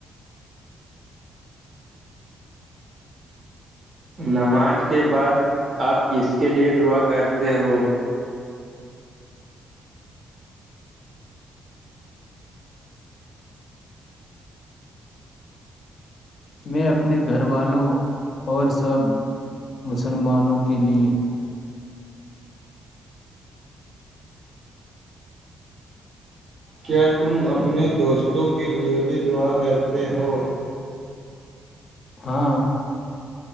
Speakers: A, on the right; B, on the left.
A: نماز کے بعد آپ کس کے لیے دعا کرتے ہو
B: میں اپنے گھر والوں اور سب مسلمانوں کے لیے
A: کیا تم اپنے دوستوں کے لیے بھی دعا کرتے ہو
B: ہاں